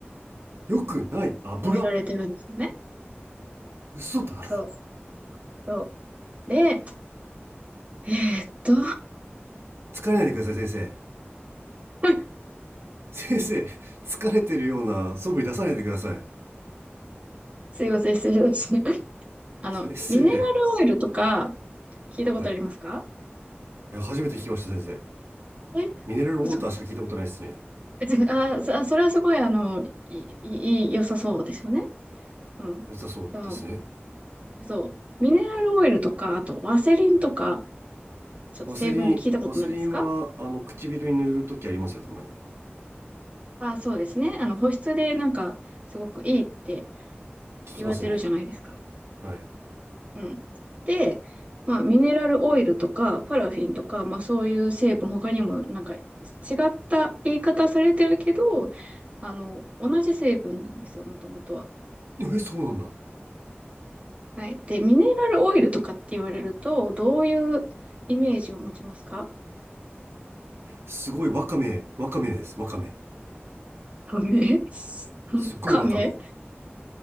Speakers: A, on the right; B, on the right.
A: よくない油
B: 埋められてるんですよね。
A: 嘘だろ
B: そう。そう。で、えーっと、
A: 疲れないでください、先生。
B: <laughs>
A: 先生、疲れてるような素振り出さないでください。
B: すいません、失礼しました。あの、
A: 先生。
B: ミネラルオイルとか、聞いたことありますか
A: はい。いや、初めて聞きました、先生。
B: え、
A: ミネラルウォーターしか聞いたことないですね。
B: 嘘。<laughs> え違あ、そそれはすごい、あの、い、い、い良さそうですよね。うん。
A: 良さそうですね。
B: でも、そう。ミネラルオイルとか、あと、ワセリンとか、ちょっと成分で聞いたことないですか
A: ワセリン、ワセリンは、あの、唇に塗るときありますよ、たまに。
B: あ、そうですね。あの、保湿でなんか、すごくいいって
A: 聞きますね。
B: 言われてるじゃないですか。
A: はい。
B: うん。で、まあ、ミネラルオイルとか、パラフィンとか、まあ、そういう成分、他にも、なんか、違った言い方されてるけど、あの、同じ成分なんですよ、もともとは。
A: え、そうなんだ。
B: はい。で、ミネラルオイルとかって言われると、どういうイメージを持ちますか
A: すごい、ワカメ、ワカメです、ワカメ
B: カメ
A: すっごいわかめ。
B: カメ